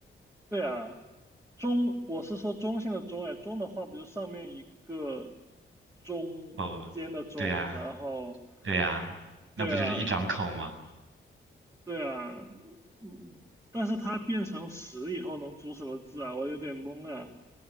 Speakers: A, on the right; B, on the right.
A: 对啊，中，我是说中性的中，哎，中的话比如上面一个中间的中，
B: 哦，对呀，
A: 然后，
B: 对呀，那不就是一张口吗？
A: 对啊，对啊，嗯，但是它变成十以后能组什么字啊？我有点懵啊，